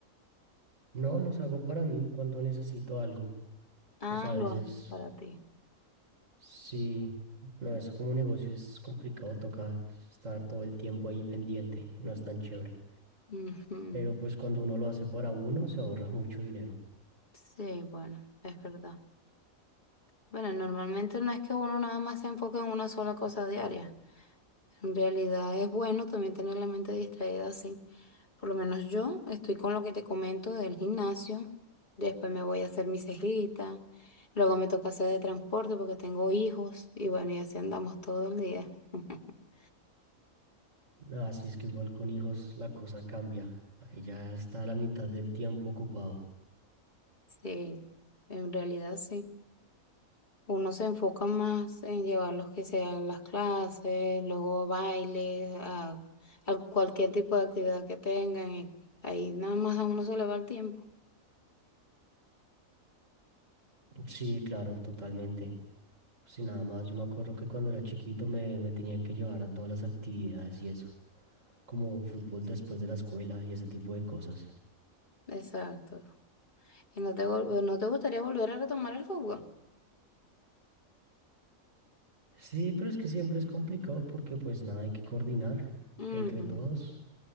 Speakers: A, on the right; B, on the left.
A: No, los hago para mí cuando necesito algo.
B: Ah,
A: Pues a veces
B: lo haces para ti.
A: sí, no, eso como negocio es complicado, toca estar todo el tiempo ahí pendiente, no es tan chévere.
B: Ujú.
A: Pero pues cuando uno lo hace para uno, se ahorra mucho dinero.
B: Sí, bueno, es verdad. Bueno, normalmente no es que uno nada más se enfoque en una sola cosa diaria. En realidad es bueno también tener la mente distraída así. Por lo menos yo estoy con lo que te comento del gimnasio. Después me voy a hacer mi cejita. Luego me toca hacer de transporte porque tengo hijos. Y bueno, y así andamos todo el día. <laughs>
A: Así es que igual con hijos la cosa cambia. Ahí ya está la mitad del tiempo ocupado.
B: Sí, en realidad sí. Uno se enfoca más en llevarlos que sean las clases, luego bailes, a, a cualquier tipo de actividad que tengan y ahí nada más a uno se le va el tiempo.
A: Sí, claro, totalmente. Sí, nada más, yo me acuerdo que cuando era chiquito me, me tenían que llevar a todas las actividades y eso, como fútbol después de la escuela y ese tipo de cosas.
B: Exacto. ¿Y no te, vol- no te gustaría volver a retomar el fútbol?
A: Sí, pero es que siempre es complicado porque pues nada, hay que coordinar
B: Ujú.
A: entre todos,